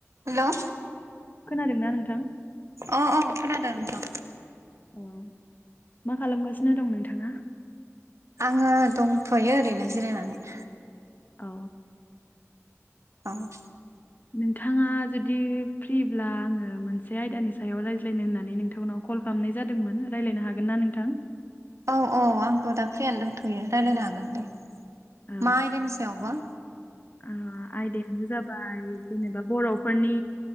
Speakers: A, on the right (about 70°); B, on the left (about 35°).
A: Hello
B: खोनादोंना नोंथां
A: अ अ खोनादों नोंथां
B: औ मा खालामगासिनो दं नोंथाङा
A: आङो दंथ'यो ओरैनो जिरायनानै
B: औ
A: औ
B: नोंथाङा जुदि फ्रिब्ला आङो मोनसे आयदानि सायाव रायज्लायनो होननानै नोंथांनाव कल खालामनाय जादोंमोन रायलायनो हागोन ना नोंथां
A: औ औ आंथ' दा फ्रियानो दंथ'यो रायजलायनो हागोन दे
B: औ
A: मा आयदानि सायावबा
B: ओ आयदायानो जाबाय जेनेबा बर'फोरनि